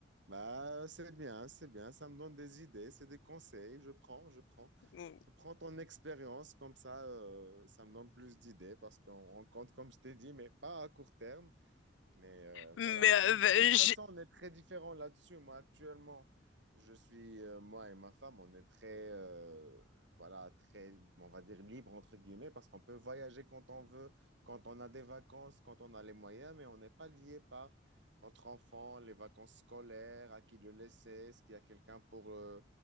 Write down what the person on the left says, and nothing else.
Mm.
Mais
euh,